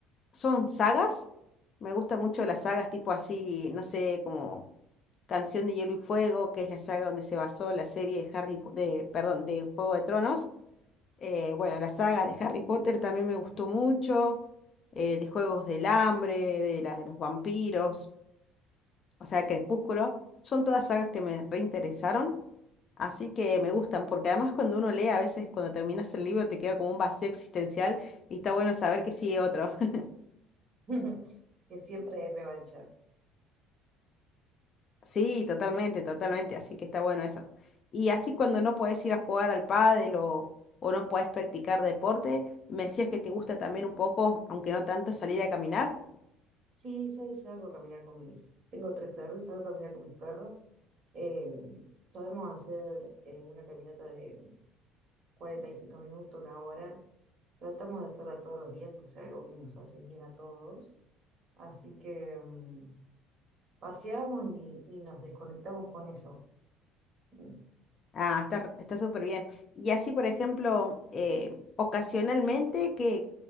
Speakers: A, on the left (about 40°); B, on the right (about 50°).
A: son sagas. Me gustan mucho las sagas tipo así, no sé, como Canción de Hielo y Fuego, que es la saga donde se basó la serie de Harry, Po- de, perdón, de Juego de Tronos. Eh, bueno, la saga de Harry Potter también me gustó mucho, eh, de Juegos del Hambre, de la de los vampiros, o sea, Crepúsculo. Son todas sagas que me reinteresaron. Así que me gustan, porque además cuando uno lee, a veces cuando terminas el libro te queda como un vacío existencial y está bueno saber que sigue otro. <laughs>
B: <laughs> Que siempre hay revancha.
A: Sí, totalmente, totalmente, así que está bueno eso. Y así cuando no podés ir a jugar al pádel o, o no podés practicar deporte, me decías que te gusta también un poco, aunque no tanto, salir a caminar.
B: Sí, sí, salgo a caminar con mis... Tengo tres perros y salgo a caminar con mis perros. Eh, sabemos hacer eh, una caminata de 45 minutos, una hora. Tratamos de hacerla todos los días porque es algo que nos hace bien a todos. Así que... mm, paseamos y, y nos desconectamos con eso. Mm,
A: Ah, está, está súper bien. Y así, por ejemplo, eh, ocasionalmente que,